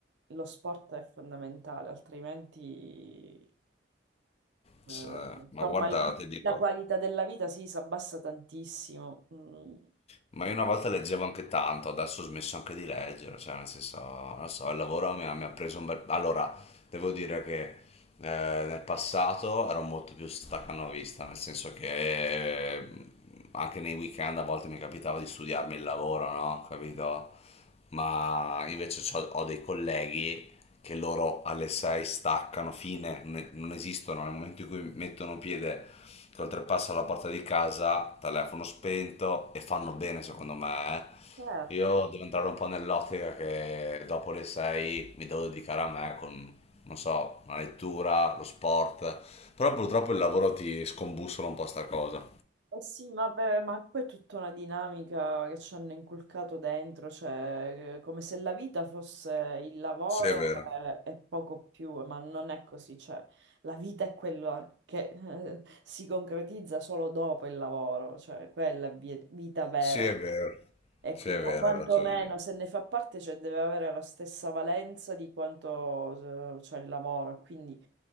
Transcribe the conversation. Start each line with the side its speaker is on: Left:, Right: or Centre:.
Right: lo sport è fondamentale, altrimenti,
Left: se-
Right: Eh, insomma,
Left: ma guarda,
Right: il-
Left: ti dico,
Right: la qualità della vita sì, si abbassa tantissimo. Mm.
Left: Ma io una volta leggevo anche tanto, adesso ho smesso anche di leggere, cioè nel senso, non so, il lavoro mi ha, mi ha preso un bel... Allora, devo dire che eh, nel passato ero molto più staccanovista, nel senso che eh, anche nei weekend a volte mi capitava di studiarmi il lavoro, no? Capito? Ma invece c'ho- ho dei colleghi che loro alle 6 staccano, fine, ne- non esistono, nel momento in cui mettono piede che oltrepassano la porta di casa, telefono spento e fanno bene secondo me,
Right: certo.
Left: eh. Io devo entrare un po' nell'ottica che dopo le 6 mi devo dedicare a me con, non so, la lettura, lo sport, però purtroppo il lavoro ti scombussola un po' sta cosa.
Right: Eh sì, ma, beh, ma poi è tutta una dinamica che ci hanno inculcato dentro, cioè eh, come se la vita fosse il lavoro
Left: Sì, è vero.
Right: e, e poco più, ma non è così, cioè la vita è quella che eh, si concretizza solo dopo il lavoro, cioè quella è vi- vita vera.
Left: Sì, è vero.
Right: E
Left: Sì,
Right: quindi,
Left: è vero,
Right: o quantomeno,
Left: hai ragione.
Right: se ne fa parte, cioè, deve avere la stessa valenza di quanto eh, c'è il lavoro. Quindi